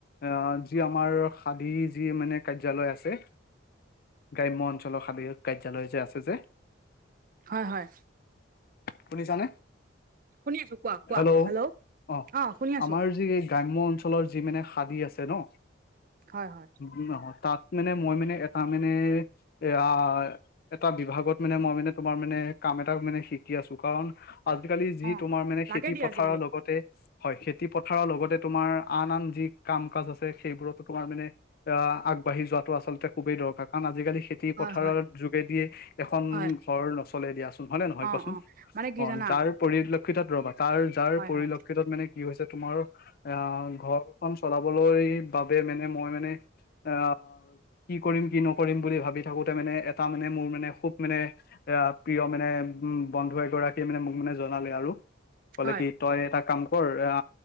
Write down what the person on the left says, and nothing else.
আহ যি আমাৰ সাধী যি মানে কাৰ্যালয় আছে গ্ৰাম্য অঞ্চলৰ সাদয়ক কাৰ্যালয় যে আছে যে
শুনিছা নে?
হেল্লো'।
অ
আমাৰ যি এই গ্ৰাম্য অঞ্চ লৰ যি মানে সাদী আছে ন -
নহয় তাত মানে মই মানে এটা মানে এইয়াৰ - এটা বিভাগত মানে মই মানে তোমাৰ মানে কাম এটা মানে শিকি আছো। কাৰণ আজিকালি -
তোমাৰ মানে
খেতি
পথাৰৰ
লগতে - হয়, খেতি পথাৰৰ লগতে তোমাৰ আন আন যি কাম-কাজ আছে সেইবোৰতো তোমাৰ মানে - আহ আগবাঢ়ি যোৱাটো আচলতে খুবেই দৰকাৰ। কাৰণ আজিকালি খেতি-পথাৰৰ
যোগেদিয়ে - এখন
ঘৰ নচলে দিয়াচোন হয়নে নহয়
কচোন?
অ
যাৰ পৰিল ক্ষতত ৰবা, তাৰ যাৰ
পৰিলক্ষিতত
মানে - কি হৈছে তোমাৰ আহ ঘৰখন চলাবলৈ বাবে মানে মই মানে - আহ কি কৰিম কি নকৰিম বুলি ভাবি থাকোতে মানে এটা মানে মোৰ মানে খুব মানে - এ প্ৰিয় মানে উ বন্ধু এগৰাকীয়ে মানে মোক মানে জনালে আৰু - ক'লে
কি তই এটা কাম কৰ অ